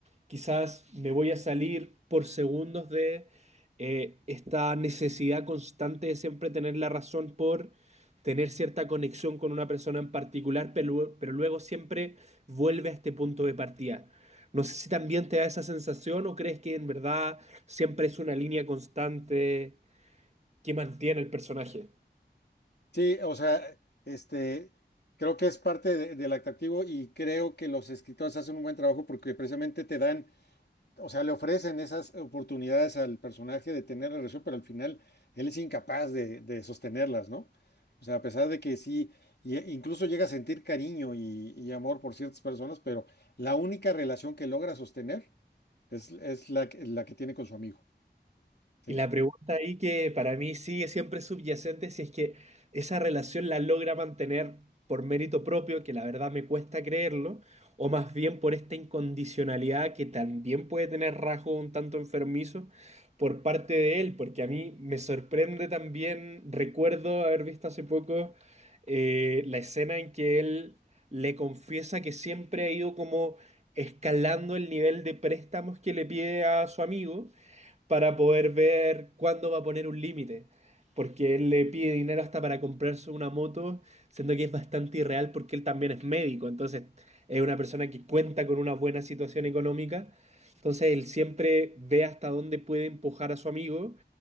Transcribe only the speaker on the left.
Sí, o sea, este, creo que es parte de- del atractivo y creo que los escritores hacen un buen trabajo porque precisamente te dan, o sea, le ofrecen esas oportunidades al personaje de tener relación, pero al final él es incapaz de, de sostenerlas, ¿no? O sea, a pesar de que sí, y- e, incluso llega a sentir cariño y, y amor por ciertas personas, pero la única relación que logra sostener es, es la, que- la que tiene con su amigo, ¿sí?